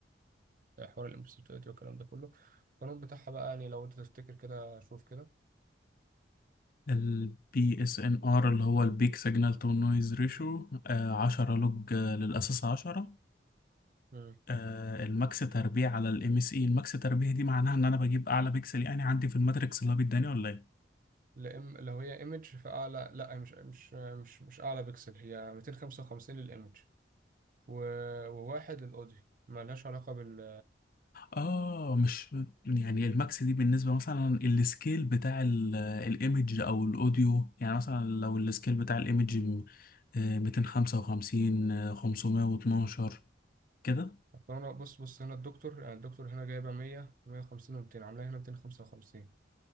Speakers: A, on the right (about 45°); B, on the left (about 50°).
A: ال- حوار الامبسيتويتي والكلام ده كله القانون بتاعها بقى يعني لو انت تفتكر كده شوف كده
B: البي اس ان ار اللي هو البيك سيجنال تو نويز ريشيو 10 لوج آه، للاساس 10
A: مم.
B: آه، الماكس تربيع على الام اس اي الماكس تربيع دي معناها ان انا بجيب اعلى بيكسل يعني عندي في الماتريكس اللي هو بيداني ولا إيه؟
A: لأم... لو هي ايمج فاعلى لا مش مش مش مش اعلى بكسل هي 255 للايمج و- وواحد الأوديو ملهاش علاقة بال
B: اه مش يعني الماكس دي بالنسبه مثلا السكيل بتاع ال- الايمج او الاوديو يعني مثلا لو السكيل بتاع الايمج م- آه، 255 آه، 512 كده
A: أصل أنا بص بص هنا الدكتور يعني الدكتور هنا جايبة 100 150 و200 عاملاها هنا 255